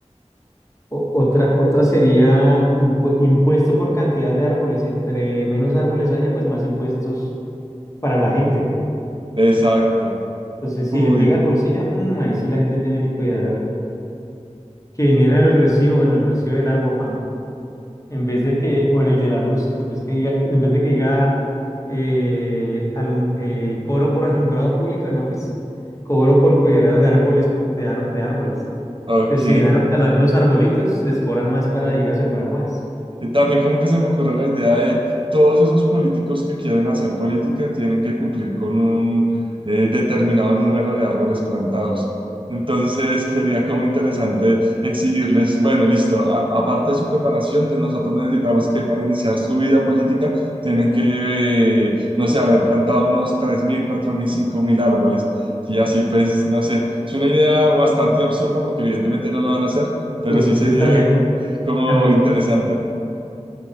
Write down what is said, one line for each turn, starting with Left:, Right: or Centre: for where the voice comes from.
Left: O- otra, otra sería impu- impuesto por cantidad de árboles. Entre menos árboles haya, pues más impuestos para la gente.
Right: Exacto.
Left: Entonces,
Right: Uy,
Left: si le pega al bolsillo, mm, ahí sí la gente tiene que cuidar que viniera en el recibo, en el recibo del agua, mm, en vez de que, o en el de la luz, en vez que diga, en vez de que diga eh, alum- eh, cobro por <laughs> alumbrado público, no, pues cobro por cuidado de árboles, pu- de, ar- de árboles.
Right: ok,
Left: Entonces, si dejaron talar los arbolitos, les cobran más para ir a sembrar más.
Right: También como que se me ocurre la idea de todos esos políticos que quieren hacer política tienen que cumplir con un eh, determinado número de árboles plantados. Entonces sería como interesante exigirles, bueno, listo, a- aparte de su preparación, de nosotros necesitamos que para iniciar su vida política tienen que, eh, no sé, haber plantado unos tres mil cuatro mil cinco mil árboles. Y así pues, no sé, es una idea bastante absurda porque evidentemente no lo van a hacer, pero
Left: Pues
Right: sí
Left: entonces
Right: sería
Left: también.
Right: como
Left: A mí-
Right: interesante.